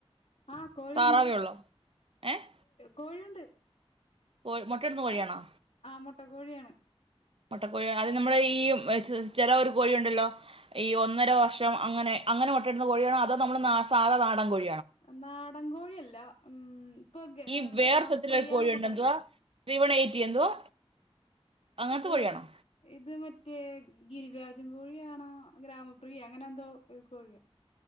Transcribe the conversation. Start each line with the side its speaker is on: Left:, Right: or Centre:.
Left: ആഹ് കോഴിയുണ്ട്
Right: താറാവേ ഒള്ളോ ഏഹ്
Left: കോഴിയുണ്ട്
Right: കോഴി മുട്ടയിടുന്ന കോഴിയാണോ
Left: ആ ആ മുട്ട കോഴിയാണ്
Right: മൊട്ടക്കോഴി അത് നമ്മളെ ഈ ചെ ചെല ഒരു കോഴി ഒണ്ടല്ലോ ഈ ഒന്നര വർഷം അങ്ങനെ അങ്ങനെ മൊട്ട ഇടുന്ന കോഴിയാണോ അതോ നമ്മള് സാധാ നാടൻ കോഴി
Left: നാ നാടങ്കോഴിയല്ല ഉം ഇപ്പൊ ഗ
Right: ഈ വേറെ
Left: ഗ്രാമപ്രിയന്നൊക്കെ
Right: സ്ഥലത്തില ഒരു കോഴിയുണ്ട്
Left: പറയില്ലേ
Right: എന്തുവാ ത്രീ വൺ എയ്റ്റി എന്തുവാ അങ്ങനത്തെ
Left: ഇത്
Right: കോഴിയാണോ
Left: ഇത് മറ്റേ ഗിരിരാജ് ഞ്ചും കോഴിയാണോ ഗ്രാമപ്രിയ അങ്ങനെ എന്തോ ഒരു കോഴിയ.